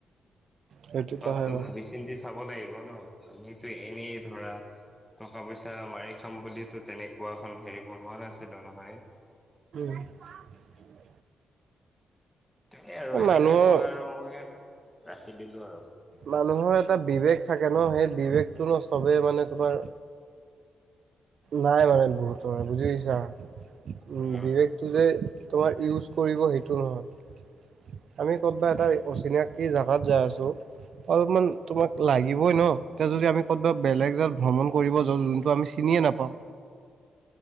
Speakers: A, on the right; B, in the centre.
A: সেইটোতো
B: অলপতো
A: হয় বাৰু
B: ভাবি চিন্তি চাব লাগিব ন আমিতো এনেই ধৰা টকা পইচা মাৰি খাম বুলিলিতো, তেনেকুৱা এখন হেৰি বনোৱা নাছিলো নহয়।
A: <inaudible>
B: তাকে আৰু
A: এই
B: সেনেকে
A: মানুহৰ
B: কয় আৰু মই ৰাখি দিলো আৰু।
A: মানুহৰ এটা বিবেক থাকে ন। সেই বিবেকটো ন, চবেই মানে তোমাৰ নাই মানে বহুতৰ বুজি পাইছা
B: হয়
A: উ বিবেকটো যে তোমাৰ ইউজ কৰিব সেইটো নহয়। আমি ক'তবা
B: আৰু
A: এটা অচিনাকি জোগাত যাই আছো অলপমান তোমাক লাগিবই ন এতিয়া যদি আমি ক'বা বেলেগ জাত ভ্ৰমণ কৰিব য যোনটো আমি নিয়ে নাপাওঁ।